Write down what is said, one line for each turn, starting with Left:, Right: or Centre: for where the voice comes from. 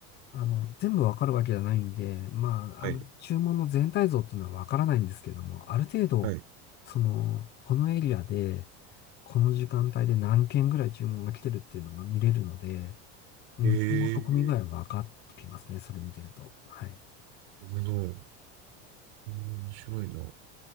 Left: あの、全部わかるわけじゃないんで、まあ、
Right: はい。
Left: あの、注文の全体像っていうのはわからないんですけども、ある程度、
Right: はい。
Left: その、このエリアで、この時間帯で何件ぐらい注文が来てるっていうのが見れるので、うん、
Right: へえ、
Left: 注文の込み具合は分かってきますね、それ見てると。はい。
Right: なるほど。えー面白いな。